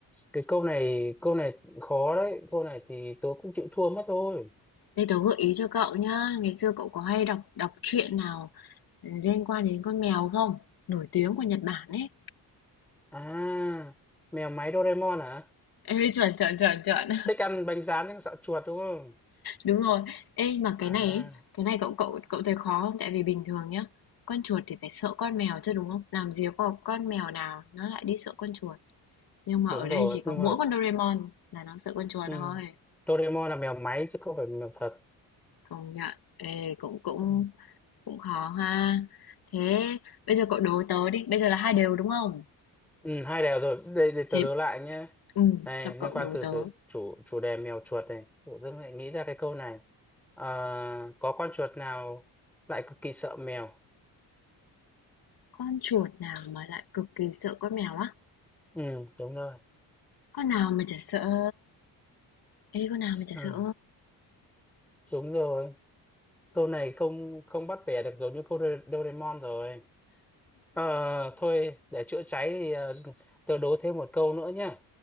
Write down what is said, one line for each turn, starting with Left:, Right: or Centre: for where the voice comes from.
Centre: cái câu này câu này khó đấy câu này thì tớ cũng chịu thua mất thôi
Left: Đây tớ gợi ý cho cậu nhá. Ngày xưa cậu có hay đọc đọc truyện nào liên quan đến con mèo không? Nổi tiếng của Nhật Bản ấy.
Centre: à mèo máy Doraemon hả
Left: Ê, chuẩn chuẩn chuẩn chuẩn.
Centre: thích ăn bánh rán nhưng sợ chuột đúng không
Left: Đúng rồi. Ê, mà cái
Centre: à
Left: này ấy, cái này cậu cậu cậu thấy khó không? Tại vì bình thường nhá, con chuột thì phải sợ con mèo chứ đúng không? Làm gì có con mèo nào nó lại đi sợ con chuột. Nhưng mà
Centre: đúng
Left: ở
Centre: rồi
Left: đây chỉ có
Centre: nhưng
Left: mỗi
Centre: mà
Left: con Doraemon là nó sợ con chuột
Centre: ừ.
Left: thôi.
Centre: Doraemon là mèo máy chứ không phải mèo thật
Left: Công nhận. Ê, cũng cũng
Centre: Ừ.
Left: cũng khó ha. Thế bây giờ cậu đố tớ đi, bây giờ là hai đều đúng không?
Centre: Ừ, hai đều rồi đây để
Left: Thế
Centre: tớ đố lại nhé
Left: ừ,
Centre: này
Left: cho cậu
Centre: liên quan
Left: đố
Centre: từ,
Left: tớ.
Centre: từ chủ chủ đề mèo chuột này tự dưng lại nghĩ ra cái câu này Ờ, có con chuột nào lại cực kỳ sợ mèo
Left: Con chuột nào mà lại cực kỳ sợ con mèo á?
Centre: ừ đúng rồi
Left: Con nào mà chả sợ? Ê, con nào mà chả
Centre: ừ,
Left: sợ?
Centre: đúng rồi câu này không không bắt bẻ được giống như câu Do- Doraemon rồi Ờ, thôi để chữa cháy thì ờ, tớ đố thêm một câu nữa nhé